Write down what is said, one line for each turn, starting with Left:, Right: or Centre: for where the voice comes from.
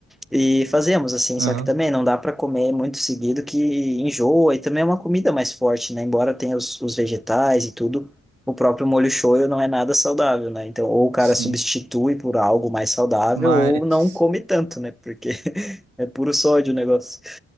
Centre: E fazemos assim,
Right: Aham,
Centre: só que também não dá para comer muito seguido que enjoa e também é uma comida mais forte, né? Embora tenha os, os vegetais e tudo, o próprio molho shoyu não é nada saudável, né? Então, ou o cara
Right: sim.
Centre: substitui por algo mais saudável
Right: Mas
Centre: ou não come tanto, né? Porque <laughs> é puro sódio o negócio.